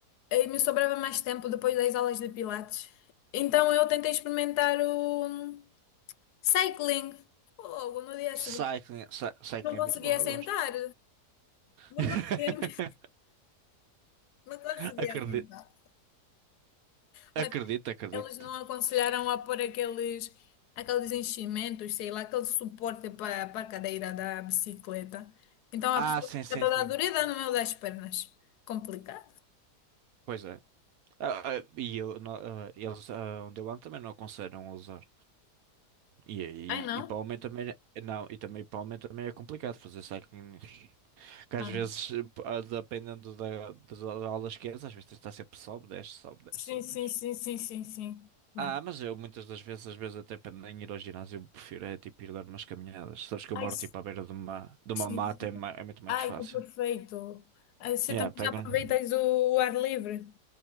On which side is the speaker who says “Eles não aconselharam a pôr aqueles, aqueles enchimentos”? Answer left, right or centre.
Left